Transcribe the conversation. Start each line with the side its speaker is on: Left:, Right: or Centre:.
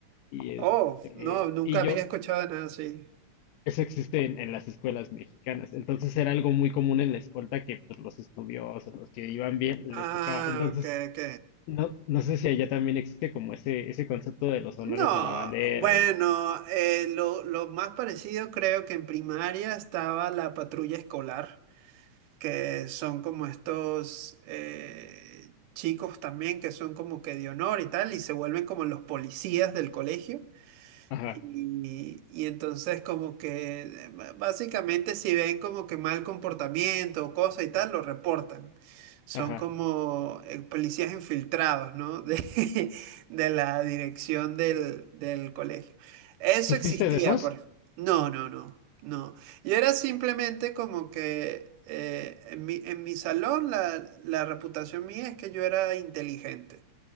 Left: Y
Right: Oh,
Left: este,
Right: no, nunca
Left: y
Right: había
Left: yo,
Right: escuchado nada así.
Left: Eso existe en, en las escuelas mexicanas. Entonces era algo muy común en la escolta que pues, los estudiosos, los que iban bien,
Right: Ah,
Left: les tocaba. Entonces,
Right: ok, ok.
Left: no, no sé si allá también existe como ese, ese concepto de los
Right: No,
Left: honores a la bandera
Right: bueno,
Left: y de...
Right: eh, lo, lo más parecido creo que en primaria estaba la patrulla escolar, que son como estos eh, chicos también que son como que de honor y tal, y se vuelven como los policías del colegio.
Left: Ajá,
Right: Y, y entonces como que eh, ba- básicamente si ven como que mal comportamiento o cosa y tal, lo reportan. Son
Left: ajá.
Right: como eh, policías infiltrados, ¿no? De, <laughs> de la dirección del, del colegio. Eso
Left: ¿Tú
Right: existía,
Left: fuiste de esos?
Right: por... No, no, no, no. Yo era simplemente como que eh, en mi, en mi salón la, la reputación mía es que yo era inteligente.